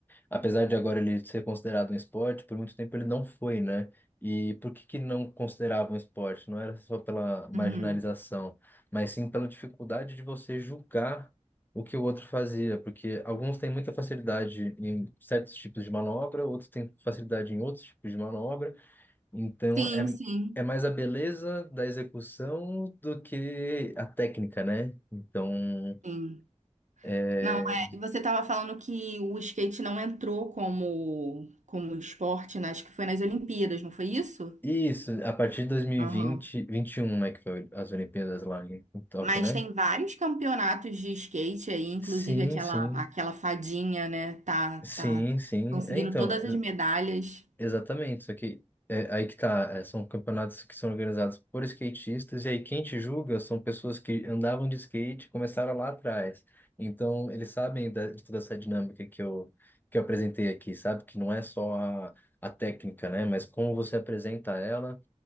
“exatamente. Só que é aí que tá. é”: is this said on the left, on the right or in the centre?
Left